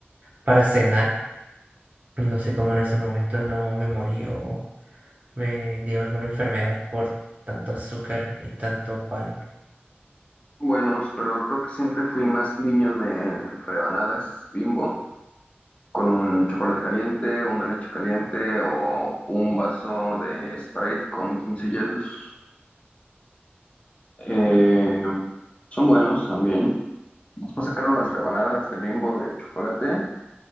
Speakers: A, on the right; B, on the left.
A: para cenar. No sé cómo en ese momento no me morí o me dio alguna enfermedad por tanto azúcar y tanto pan.
B: Buenos, pero creo que siempre fui más niño de rebanadas, Bimbo, con un chocolate caliente, una leche caliente o un vaso de Sprite con 15 hielos. Eh, son buenos también. Después sacaron las rebanadas de Bimbo de chocolate.